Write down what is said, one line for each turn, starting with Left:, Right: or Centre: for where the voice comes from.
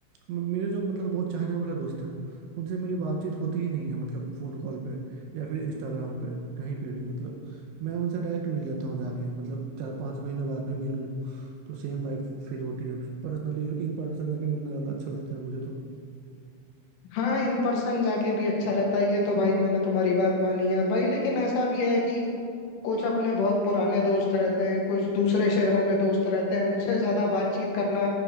Right: म- मेरे जो मतलब बहुत चाहने वाला दोस्त हैं उनसे मेरी बातचीत होती ही नहीं है मतलब फ़ोन कॉल पे या फिर इंस्टाग्राम पे कहीं पे भी मतलब मैं उनसे डायरेक्ट मिल लेता हूँ जाके मतलब चार पाँच महीने बाद भी मिलूँ तो सेम वाइब फील होती है पर्सनली इन पर्सन जाके मिलना ज्यादा अच्छा लगता है मुझे तो
Left: हाँ इन पर्सन जाके भी अच्छा रहता है ये तो भाई मैंने तुम्हारी बात मानी यार भाई लेकिन ऐसा भी है कि कुछ अपने बहुत पुराने दोस्त रहते हैं कुछ दूसरे शहरों में दोस्त रहते हैं उनसे ज्यादा बातचीत करना